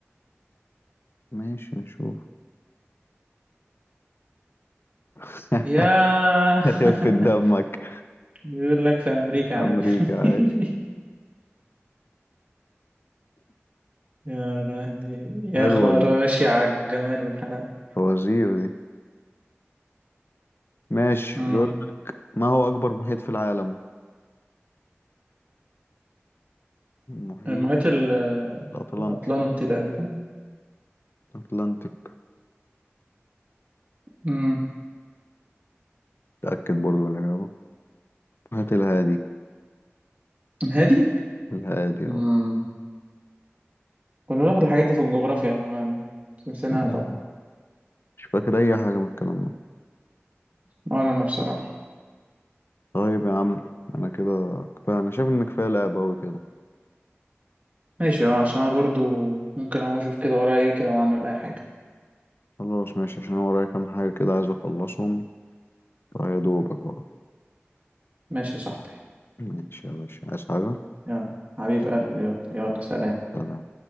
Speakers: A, on the left; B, on the right.
A: ماشي نشوف <laughs>
B: يا <laughs>
A: خف دمك
B: بيقول لك في أمريكا عادي
A: أمريكا
B: <laughs>
A: عادي
B: يا لهوي
A: حلوة
B: يا خراشي على الجمال والحلاوة
A: الفوازير دي ماشي
B: مم.
A: بيقول ما هو أكبر محيط في العالم المحيط
B: المحيط ال-
A: الأطلنطي
B: الأطلنطي تقريبا
A: أتلانتيك
B: مم.
A: تأكد برضو من الإجابة هات الهادي
B: الهادي
A: الهادي
B: مم.
A: اه
B: كنا بناخد الحاجات دي في الجغرافيا زمان بس نسيناها
A: يعني
B: طبعا
A: مش فاكر أي حاجة من الكلام ده
B: ولا انا بصراحة
A: طيب يا عم أنا كده كفاية أنا شايف إن كفاية لعب أوي كده
B: ماشي اه عشان انا برضو ممكن اقوم اشوف كده ورايا ايه كده واعمل اي حاجة
A: خلاص ماشي عشان أنا ورايا كام حاجة كده عايز أخلصهم فيا دوبك بقى
B: ماشي يا صاحبي
A: ماشي يا باشا عايز حاجة؟
B: يلا حبيب قلبي يلا يلا سلام
A: سلام